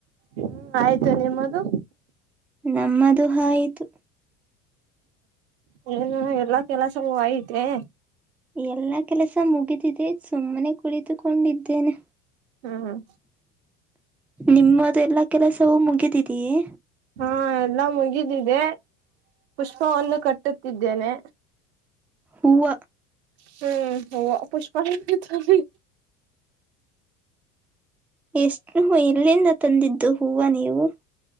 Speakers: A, on the right; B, in the centre.
A: ಹ್ಮ ಆಯ್ತು ನಿಮ್ಮದು.
B: ನಮ್ಮದು ಆಯ್ತು
A: ಹ ಏನು ಎಲ್ಲಾ ಕೆಲಸವು ಆಯಿತೇ
B: ಎಲ್ಲಾ ಕೆಲಸ ಮುಗಿದಿದೆ ಸುಮ್ಮನೆ ಕುಳಿತುಕೊಂಡಿದ್ದೇನೆ.
A: ಹ್ಮ್
B: ನಿಮ್ಮದು ಎಲ್ಲಾ ಕೆಲಸವೂ ಮುಗಿದಿದೀಯೇ
A: ಹಾ ಎಲ್ಲಾ ಮುಗಿದಿದೆ ಪುಷ್ಪವನ್ನು ಕಟ್ಟುತ್ತಿದ್ದೇನೆ.
B: ಹೂವ
A: ಹ್ಮ್ ಹೊವ ಪುಷ್ಪಾಲಲ್ಲಿ
B: ಎಷ್ಟ ಎಲ್ಲಿಂದ ತಂದಿದ್ದು ಹೂವ ನೀವು